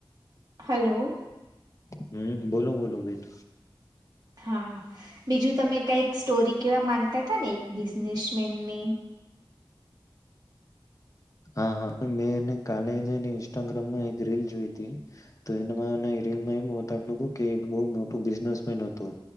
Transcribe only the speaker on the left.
હમ્મ બોલો બોલો બેન
હા મેંને કાલે ઇન્સ્ટાગ્રામમાં એક રીલ જોઈ હતી તો એ રીલમાં એમ બતાલું કે એક બો મોટું બિઝનેસ મેન હતું